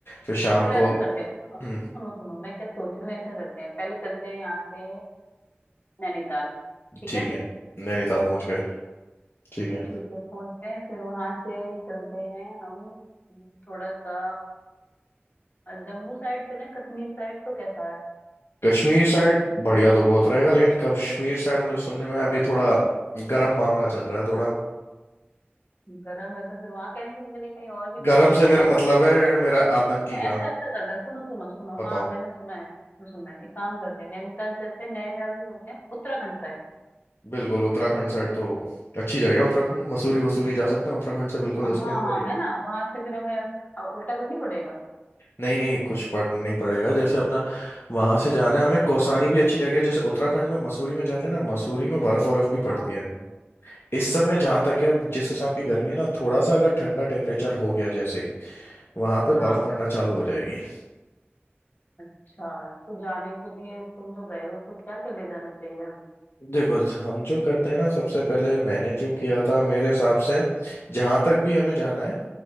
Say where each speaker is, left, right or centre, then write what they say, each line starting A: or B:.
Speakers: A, on the left (about 70°); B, on the left (about 45°).
A: फिर शाम
B: चलो ऐसा
A: को
B: करते हैं सुनो
A: हम्म
B: सुनो सुनो मैं क्या सोच रही हूँ ऐसा करते हैं पहले चलते हैं यहाँ से नैनीताल ठीक
A: ठीक
B: है
A: है नैनीताल पहुंच गए ठीक
B: ठीक
A: है
B: है पहुंचते हैं फिर वहां से चलते हैं हम हम्म, थोड़ा सा अ, जम्मू साइड चलें कश्मीर साइड तो कैसा है
A: कश्मीर साइड बढ़िया तो बहुत रहेगा लेकिन कश्मीर साइड मुझे सुनने में अभी थोड़ा गर्म मामला चल रहा है थोड़ा
B: गर्म है तो फिर वहां कैंसिल करके कहीं और भी चलते
A: गर्म
B: हैं
A: से
B: ना
A: मेरा
B: यार
A: मतलब
B: तो, तो,
A: है
B: तो,
A: मेरा
B: अरे
A: आतंकी
B: सुनो
A: का
B: ऐसा ऐसा करते हैं सुनो सुनो सुनो
A: बताओ
B: हाँ मैंने सुना है मैंने तो सुना है एक काम करते हैं नैनीताल चलते हैं नैनीताल से चलते हैं उत्तराखंड साइड
A: बिल्कुल उत्तराखंड साइड तो अच्छी जगह है उत्तराखंड मसूरी वसूरी जा सकते हैं उत्तराखंड से बिल्कुल
B: हाँ
A: उसके अंदर
B: हाँ
A: ही है
B: है ना वहां से फिर हमें अ, उल्टा तो नहीं पड़ेगा
A: नहीं नहीं कुछ पढ़ नहीं पड़ेगा जैसे अपना वहां से जाना है हमें कौसानी भी अच्छी जगह है जैसे उत्तराखंड में मसूरी में जाते हैं ना मसूरी में बर्फ बर्फ भी
B: हाँ
A: पड़ती
B: हाँ
A: है इस समय
B: अच्छा
A: जहां तक है अब जिस हिसाब की गर्मी है ना थोड़ा सा अगर ठंडा टेम्परेचर हो गया जैसे ही वहां पे
B: हाँ
A: बर्फ पड़ना चालू हो जाएगी
B: अच्छा तो जाने के लिए तुम जो गए हो तो क्या क्या ले जाना चाहिए हमें
A: देखो हम जो करते हैं ना सबसे पहले मैंने जो किया था मेरे हिसाब से जहां तक भी हमें जाना है